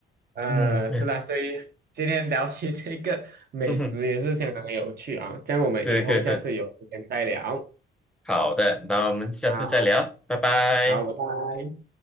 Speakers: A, on the right; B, in the centre.
A: 呃，
B: 嗯没有
A: 是啦，所以今天聊起这个美食也是相当有趣啊，
B: 嗯哼，
A: 这样我们以后下次有时间再聊。
B: 是可以是好的，那我们下次再聊，
A: 好，
B: 拜拜。
A: 好，拜拜。